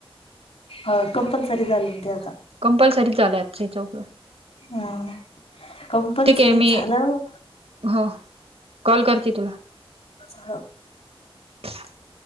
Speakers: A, on the left; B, on the right.
A: हा कंपल्सरी झाले म्ह ते आता
B: कंपल्सरी झालय आज चौकलं
A: हम् कंपल्सरी
B: ठीक आहे मी
A: झालं
B: हो कॉल करते तुला
A: हो
B: <unintelligible>